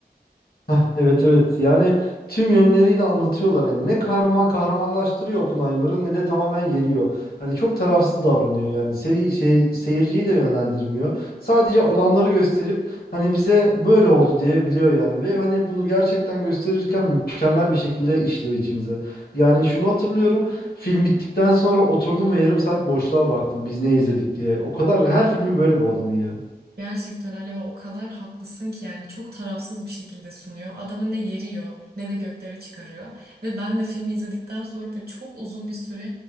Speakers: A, on the left (about 60°); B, on the right (about 65°).
A: Heh, evet evet yani tüm yönleriyle anlatıyorlar hani ne kahraman kahramanlaştırıyor Oppenheimer'ı ne de tamamen yeriyor. Hani çok tarafsız davranıyor yani seri, şey seyirciyi de yönlendirmiyor. Sadece olanları gösterip hani bize böyle oldu diye biliyor yani ve hani bunu gerçekten gösterirken mükemmel bir şekilde işliyor içimize. Yani şunu hatırlıyorum film bittikten sonra oturdum ve yarım saat boşluğa baktım biz ne izledik diye. O kadar her filmi böyle bu adamın ya.
B: Gerçekten öyle ve o kadar haklısın ki yani çok tarafsız bir şekilde sunuyor. Adamı ne yeriyor ne de göklere çıkarıyor. Ve ben de filmi izledikten sonra böyle çok uzun bir süre